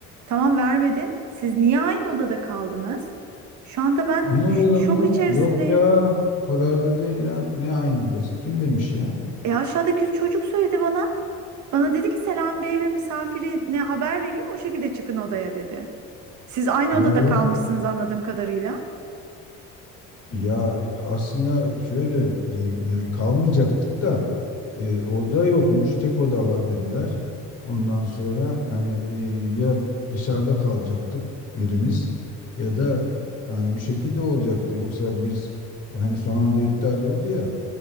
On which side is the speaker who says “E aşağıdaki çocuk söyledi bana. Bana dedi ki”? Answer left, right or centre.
Right